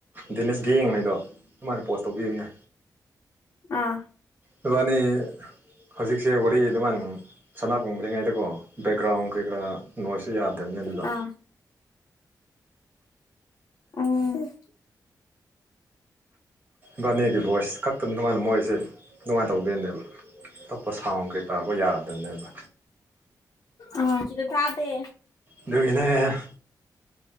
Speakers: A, on the right; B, on the left.
A: ꯗꯤꯅꯤꯁꯒꯤ ꯌꯦꯡꯉꯩꯗꯣ ꯑꯗꯨꯃꯥꯏꯅ ꯄꯣꯁ ꯇꯧꯕꯤꯕꯅꯦ꯫
B: ꯑꯥ
A: ꯅꯣꯏꯕꯅꯤ ꯍꯧꯖꯤꯛꯁꯦ ꯋꯥꯔꯤ ꯑꯗꯨꯃꯥꯏꯥꯟ ꯁꯅꯥ ꯀꯨꯝꯕꯔꯤꯉꯩꯗꯀꯣ ꯕꯦꯛꯒ꯭ꯔꯥꯎꯟ ꯀꯩꯀꯔꯥ ꯅꯣꯏꯁꯇ ꯌꯥꯗꯕꯅꯤ ꯑꯗꯨꯗꯣ
B: ꯑꯥ ꯎꯝ
A: ꯕꯥꯅꯦꯒꯤ ꯚꯣꯏꯁ ꯈꯛꯇ ꯑꯗꯨꯃꯥꯏꯅ ꯃꯣꯏꯁꯦ ꯑꯗꯨꯃꯥꯏꯅ ꯇꯧꯗꯣꯏꯅꯦꯕ ꯑꯇꯣꯞꯄ ꯁꯥꯎꯟ ꯀꯩ ꯇꯥꯕ ꯌꯥꯗꯕꯅꯦꯕ
B: ꯑꯥ ꯁꯤꯗ ꯇꯥꯗꯦ꯫
A: ꯑꯗꯨꯗꯒꯤꯅꯦ꯫